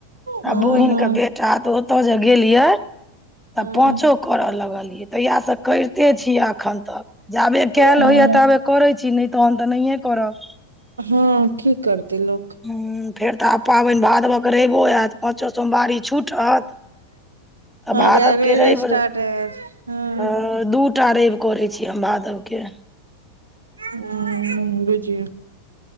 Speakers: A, on the right (about 75°); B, in the centre.
A: हँ
B: आ बहिनके
A: हँ
B: बेटा तऽ ओता जे गेलियै तऽ
A: हँ
B: पांचो करऽ लागलियै तहिया सऽ‌ करते छी अखन तक जाबे कैल
A: हँ
B: होइया ताबे करै छी नै तहन तऽ नहिए करब।
A: हां की करतै लोक।
B: हुँ फेर तऽ आब पाबैन भादवाक र‌ईबो ऐत पाँचो सोमवारी छूटत अ
A: हँ
B: भादव
A: तऽ रेब
B: के र‌ईब
A: स्टार्ट
B: अ
A: हैत हँ
B: दू टा र‌ईब करै छी हम भादवके।
A: हूँ बुझियौ।